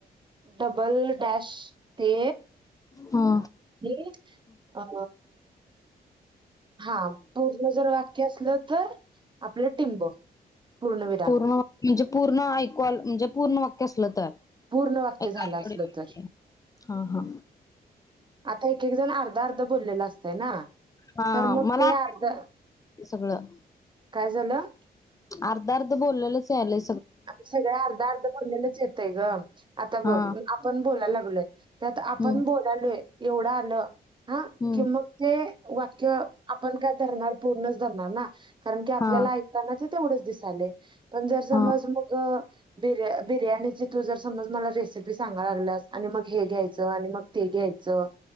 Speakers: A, on the right; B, on the left.
A: डबल डॅश ते
B: हा
A: हे अ हा पूर्ण जर वाक्य असलं तर आपलं टिंब पूर्णविराम.
B: पूर्ण म्हणजे पूर्ण ऐकु आल म्हणजे पूर्ण वाक्य असलं तर.
A: पूर्ण वाक्य
B: एका
A: झालं
B: आठवड्यामध्ये.
A: असलं तर.
B: हा हा
A: आता एक एक जण अर्धा अर्धा बोललेला असतंय ना.
B: हा
A: तर मग
B: मला
A: ते अर्ध
B: सगळं
A: काय झालं
B: अर्ध अर्ध बोललेलंच यालयं
A: आ सगळ अर्धा अर्ध बोललेलंच येतय गं, आता
B: हा
A: ब आपण बोलायला लागलोय आपण
B: हम्म
A: बोलालोय एवढं आलं हा
B: हम्म
A: कि मग ते वाक्य आपण काय धरणार पूर्णच धरणार ना कारण की आपल्याला
B: हा
A: ऐकताना ते तेवढंच दिसालय, पण जर समज
B: हा
A: आ बिर्या बिर्याणीची तू जर समज मला रेसिपी सांगा लागल्यास आणि मग हे घ्यायचं आणि मग ते घ्यायचं